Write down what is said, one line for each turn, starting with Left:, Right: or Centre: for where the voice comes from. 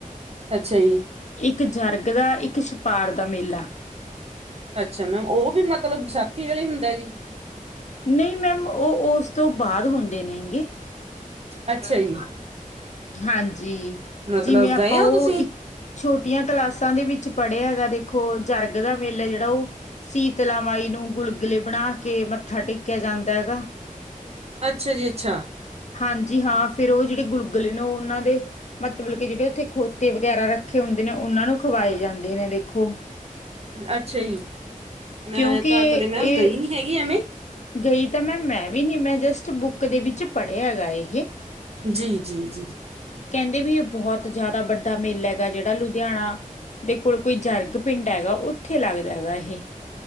Right: ਅੱਛਾ ਜੀ।
Left: ਇੱਕ ਜਰਗ ਦਾ ਇੱਕ ਛਪਾਰ ਦਾ ਮੇਲਾ
Right: ਅੱਛਾ ਮੈਮ ਉਹ ਵੀ ਮਤਲਬ ਵਿਸਾਖੀ ਅਲਾ ਹੀ ਹੁੰਦਾ ਜੀ।
Left: ਨਹੀਂ ਮੈਮ ਉਹ ਉਸ ਤੋਂ ਬਾਅਦ ਹੁੰਦੇ ਨੇ ਗੇ
Right: ਅੱਛਾ ਜੀ
Left: ਹਾਂ ਜੀ
Right: ਮਤਲਬ
Left: ਜਿਵੇਂ ਆਪਾਂ
Right: ਗਏ ਹੋ
Left: ਉਹ
Right: ਤੁਸੀਂ
Left: ਇੱਕ ਛੋਟੀਆਂ ਕਲਾਸਾਂ ਦੇ ਵਿੱਚ ਪੜ੍ਹਿਆ ਹੈਗਾ ਦੇਖੋ ਜਰਗ ਦਾ ਮੇਲਾ ਜਿਹੜਾ ਉਹ ਸੀਤਲਾ ਮਾਈ ਨੂੰ ਗੁਲਗੁਲੇ ਬਣਾ ਕੇ ਮੱਥਾ ਟੇਕਿਆ ਜਾਂਦਾ ਹੈਗਾ।
Right: ਅੱਛਾ ਜੀ ਅੱਛਾ
Left: ਹਾਂਜੀ ਹਾਂ ਫੇਰ ਉਹ ਜਿਹੜੇ ਗੁਲਗੁਲੇ ਨੇ ਉਹ ਉਹਨਾਂ ਦੇ ਮਤਲਬ ਕੇ ਜਿਹੜੇ ਉੱਥੇ ਖੋਤੇ ਵਗੈਰਾ ਰੱਖੇ ਹੁੰਦੇ ਨੇ ਉਹਨਾਂ ਨੂੰ ਖਵਾਏ ਜਾਂਦੇ ਨੇ ਦੇਖੋ।
Right: ਅੱਛਾ ਜੀ ਮੈਂ
Left: ਕਿਉਂਕਿ
Right: ਤਾਂ ਕਦੇ
Left: ਇਹ
Right: ਮੈਮ ਗਈ ਨੀ ਹੈਗੀ ਐਵੇਂ
Left: ਗਈ ਤਾਂ ਮੈ ਮੈਂ ਵੀ ਨੀ ਮੈਂ ਜਸਟ ਬੁੱਕ ਕ ਦੇ ਵਿੱਚ ਪੜ੍ਹਿਆ ਹੈਗਾ ਇਹ
Right: ਜੀ -ਜੀ -ਜੀ
Left: ਕਹਿੰਦੇ ਵੀ ਇਹ ਬਹੁਤ ਜ਼ਿਆਦਾ ਵੱਡਾ ਮੇਲਾ ਹੈਗਾ, ਜਿਹੜਾ ਲੁਧਿਆਣਾ ਦੇ ਕੋਲ ਕੋਈ ਜਰਗ ਪਿੰਡ ਹੈਗਾ, ਉੱਥੇ ਲੱਗਦਾ ਹੈਗਾ ਇਹ